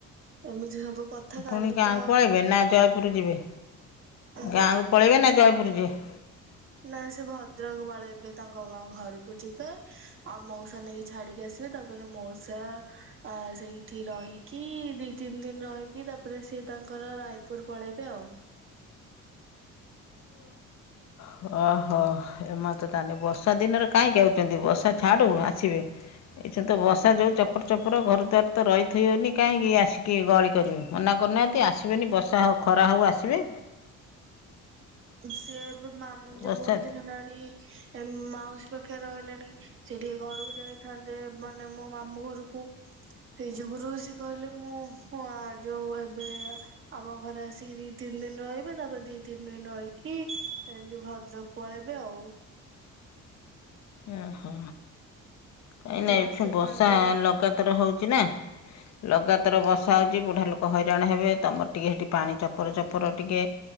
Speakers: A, on the right; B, on the left.
A: ଏମିତି ସବୁ କଥା କାଲି
B: ପୁଣି ଗାଁକୁ
A: ତ
B: ପଳାଇବେ ନା ଜୟପୁର ଯିବେ ଗାଁକୁ
A: ନା ସେ
B: <unintelligible>
A: <inaudible> ନା ସେ ଭଦ୍ରକ ପଳେଇବେ ତାଙ୍କ ଘରକୁ ଯିବେ ଆଉ ମଉସା ନେଇକି ଛାଡିକି ଇକି ଆସିବେ, ତାପରେ ମଉସା ସେଇଠି ରହିକି ଦି ତିନ ଦିନ ରହିକି ତାପ ପରେ ସିଏ ତାଙ୍କର ରାୟପୁର ପଳେଇବେ ଆଉ।
B: ହଁ। ଓହୋ। ଏମାନେ ତ ତାହେନେ ବର୍ଷାଦିନରେ କାହିଁକି ଆଉଚନ୍ତି? ବର୍ଷା ଛାଡ଼ୁ ଆସିବେ। ଏଇଛା ତ ବର୍ଷା ଯୋଉ ଚପର ଚପର, ଘର ଦ୍ୱାର ତ ରହି ଉଥେଇ ହଉନି କାହିଁକି ଆସିକି ଗହଳି କରିବେ। ମନା କରୁନାହାନ୍ତି ଆସିବେନି ବର୍ଷା ହଉ ଖରା ହଉ ଆସିବେ।
A: ସିଏ ଏବେ ମାମ୍ ଯୋଉ
B: ବର୍ଷା
A: ବହୁତ ଦିନ ହେଲାଣି ଏମ୍ ମାଉସୀ ପାଖରେ ରହିଲେଣି ସେ ଟିକେ ଘରକୁ ଯାଇଥାନ୍ତେ ମାନେ ମୋ ମାମୁଁ ଘରକୁ ସେଇ ଯୁଗୁରୁ ସେ କହିଲେ ମୁଁ ଆ ଯୋଉ ଏବେ ଆମ ଘରେ ଆସିକି ଦି ତିନି ଦିନ ରହିବେ, ତାପରେ ଦି ତିନ ତିନ ଦିନ ରହିକି, ଯୋଉ ଭଦ୍ରକ ପଳେଇବେ ଆଉ।
B: ଓହୋ। କାହିଁନା
A: ମାସେ
B: ଏଠୁ ବର୍ଷା
A: ଖଣ୍ଡେ
B: ଲଗାତର ହଉଛି ନା ଲଗାତାର ବର୍ଷା ହଉଛି, ବୁଢ଼ା ଲୋକ ହଇରାଣ ହେବେ, ତମର ଟିକେ ସେଇଠି ପାଣି ଚପର ଚପର ଟିକେ